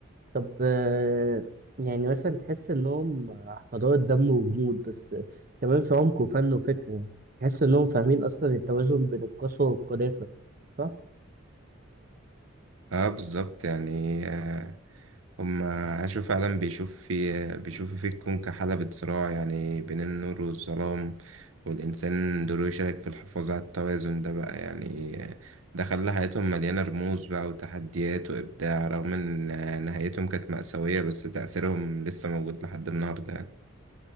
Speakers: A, on the right; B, on the right.
A: طب آه، يعني مثلا تحس انهم حضارة دم وجمود بس كمان في عمق وفن وفكر يعني تحس انهم فاهمين اصلا التوازن بين القسوة والقداسة صح؟
B: اه بالظبط يعني آه، هم عاشوا فعلا بيشوف في بيشوفوا في الكون كحلبة صراع يعني بين النور والظلام والإنسان دوره يشارك في الحفاظ على التوازن ده بقى يعني ده خلى حياتهم مليانة رموز بقى وتحديات وإبداع رغم إن نهايتهم كانت مأساوية بس تأثيرهم لسه موجود لحد النهاردة يعني.